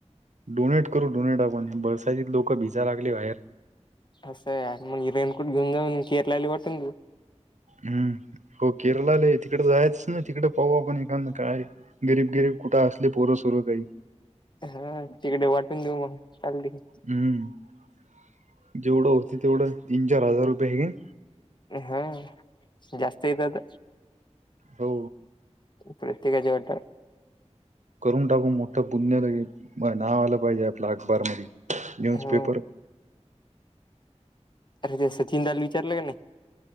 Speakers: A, on the right (about 80°); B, on the left (about 40°).
A: डोनेट करू डोनेट आपण बरसात लोक भिजा लागले बाहेर.
B: असं आहे मग रेनकोट घेऊन जाऊन केरलाला वाटून घेऊ.
A: हम्म हो केरळला तिकड जायच नाही तिकडे पाहू पण एखादा काय गरीब गरीब कुठं असले पोरं सोरं काही.
B: हा तिकडे वाटून देऊ मग चालली.
A: हम्म जेवढं होत तेवढं तीन चार हजार रुपये येईल.
B: हा जास्त येतात.
A: हो
B: प्रत्येकाचे वाटत
A: करून टाकू मोठं पुण्य लागेल नाव आलं पाहिजे आपला अकबार मध्ये न्यूजपेपर
B: हो अरे ते सचिन दाला विचारलं का नाही?